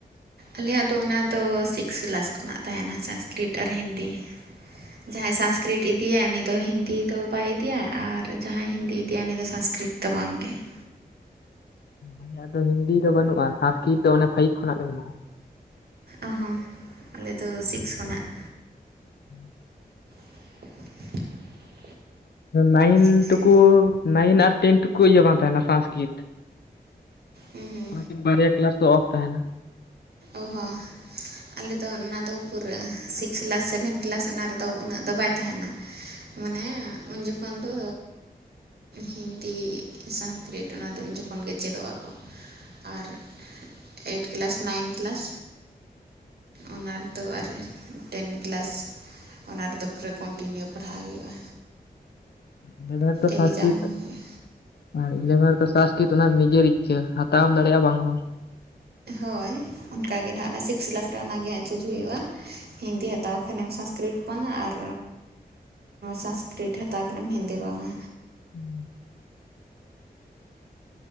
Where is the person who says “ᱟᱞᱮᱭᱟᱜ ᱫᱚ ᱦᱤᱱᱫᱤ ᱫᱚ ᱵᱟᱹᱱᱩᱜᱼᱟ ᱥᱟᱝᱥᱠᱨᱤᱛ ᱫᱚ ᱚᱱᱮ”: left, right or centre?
Left